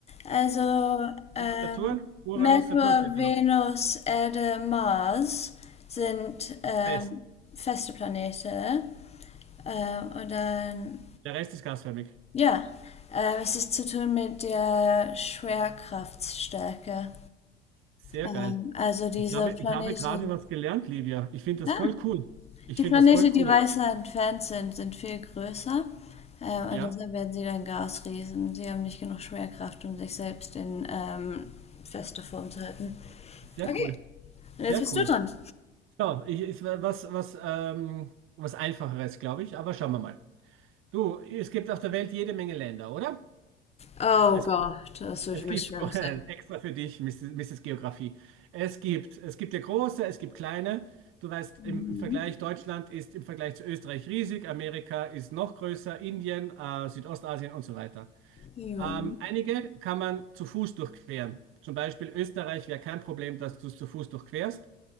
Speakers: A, on the left (about 20°); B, on the right (about 45°).
A: Also ähm,
B: Saturn, Uranus,
A: Merkur,
B: Saturn fehlt
A: Venus,
B: da noch.
A: Erde, Mars sind ähm,
B: Fest.
A: feste Planete. Äh, und dann,
B: Der Rest ist gasförmig.
A: ja, äh, es ist zu tun mit der Schwerkraftstärke.
B: Sehr
A: Ähm,
B: geil.
A: also diese
B: Ich habe,
A: Planeten,
B: ich habe gerade was gelernt, Livia. Ich finde das
A: ah,
B: voll cool. Ich
A: die
B: finde
A: Planeten,
B: das voll
A: die
B: cool.
A: weiter entfernt sind, sind viel größer. Ähm,
B: Ja,
A: und deshalb werden sie dann Gasriesen. Sie haben nicht genug Schwerkraft, um sich selbst in ähm, fester Form zu halten.
B: sehr
A: Okay.
B: cool.
A: Und
B: Sehr
A: jetzt bist
B: cool.
A: du dran.
B: So, ich, ist was, was, ähm, was Einfacheres, glaube ich, aber schauen wir mal. Du, es gibt auf der Welt jede Menge Länder, oder?
A: Oh
B: Es
A: Gott, das wird
B: Es
A: für
B: gibt,
A: mich schwierig
B: <laughs>
A: sein.
B: extra für dich, Mrs. Mrs. Geografie. Es gibt, es gibt ja große, es gibt kleine. Du weißt,
A: Mhm.
B: im, im Vergleich, Deutschland ist im Vergleich zu Österreich riesig, Amerika ist noch größer, Indien, äh, Südostasien und so weiter.
A: Jo.
B: Ähm, einige kann man zu Fuß durchqueren. Zum Beispiel Österreich wäre kein Problem, dass du es zu Fuß durchquerst.